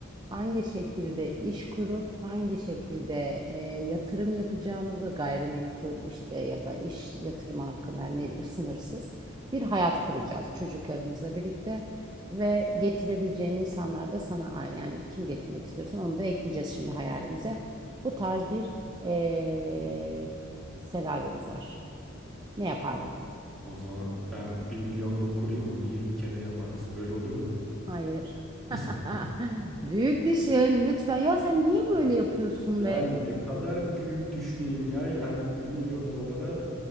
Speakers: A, on the right; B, in the centre.
A: hangi şekilde iş kurup hangi şekilde e, yatırım yapacağımızı gayrimenkul işte ya da iş yatırımı hakkında hani sınırsız bir hayat kuracağız çocuklarımızla birlikte ve getirebileceğin insanlar da sana ay- yani kim getirmek istiyorsan onu da ekleyeceğiz şimdi hayalimize. Bu tarz bir e, senaryomuz var. Ne yapardın?
B: O zaman ben bir milyonluk kurayım onu 20 kere yaparız. Öyle oluyor mu?
A: Hayır. <laughs>
B: <laughs>
A: Büyük düşün lütfen. Ya sen
B: Ya
A: niye böyle yapıyorsun
B: ya
A: be?
B: ne kadar büyük düşüneyim ya. Yani bir milyon dolara